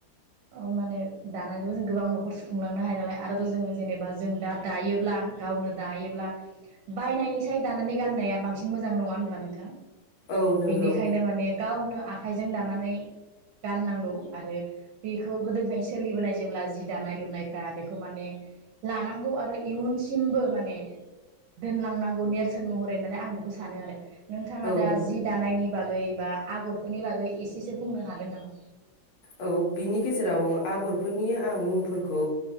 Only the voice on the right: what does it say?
अह माने दानायजोंबो जों गोबां न'खर सुफुंलांनो हायो नालाय आरोथ' जोङो जेनेबा जों दा दायोब्ला गावनो दायोब्ला बायनायनि साय दानानै गाननाया बांसिन मोजां नङा होनब्ला नोंथां?
बिनिखायनो माने गावनो आख आखाइजों दानानै गाननांगौ आरो बेखौ गोदोनिफ्रायनो सोलिबोनाय जेब्ला जि दानाय लुनायफ्रा बेखौ माने लानांगौ आरो इयुनसिमबो माने दोनलांनांगौ नेरसोन महरै होननानै आं बेखौ सानो आरो नोंथाङा
दा
जि दानायनि बाग बागै बा आगरफोरनि बागै एसेसो बुंनो हागोन नामा?